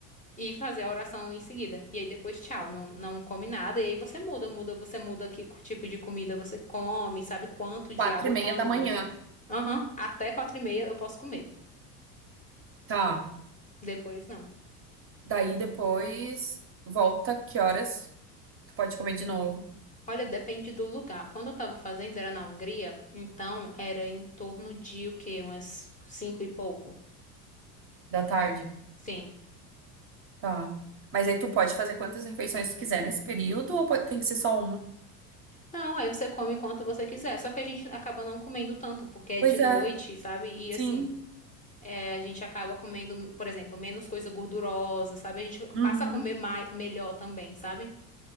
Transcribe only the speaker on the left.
E fazer a oração em seguida. E aí depois, tchau, não, não come nada. E aí você muda, muda, você muda que tipo de comida você come, sabe quanto de
água
e quando
você. Aham, até quatro e meia eu posso comer.
Depois não.
Olha, depende do lugar. Quando eu tava fazendo era na Hungria, então era em torno de o quê? Umas cinco e pouco.
Sim.
Não, aí você come quanto você quiser. Só que a gente acaba não comendo tanto, porque é
de noite,
sabe? E
assim. É, a gente acaba comendo, por exemplo, menos coisa gordurosa, sabe? A gente
passa a comer mais, melhor também, sabe?